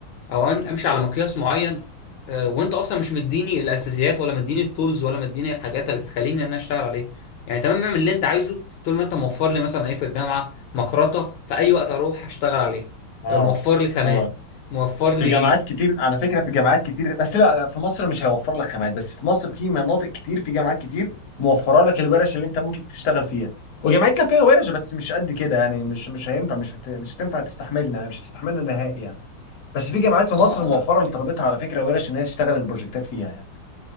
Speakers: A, on the left; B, on the left.
A: او أم- امشي على مقياس معين آه، وانت اصلا مش مديني الاساسيات ولا مديني التولز ولا مديني الحاجات اللي تخليني ان انا اشتغل عليه يعني تمام اعمل اللي انت عايزه طول ما انت موفر لي مثلا ايه في الجامعه مخرطه في اي وقت اروح اشتغل عليها
B: اه
A: آه، موفر لي خامات
B: هو
A: موفر
B: في
A: لي
B: جامعات كتير على فكرة في جامعات كتير بس لا لا في مصر مش هيوفر لك خامات بس في مصر في مناطق كتير في جامعات كتير موفرة لك الورش اللي انت ممكن تشتغل فيها وجامعتنا فيها ورش بس مش قد كده يعني مش مش هينفع مش هت... مش هتنفع تستحملنا مش هتستحملنا نهائي يعني بس في جامعات في مصر
A: اه
B: موفرة
A: لا
B: لطلبتها على فكرة ورش ان هي تشتغل البروجكتات فيها يعني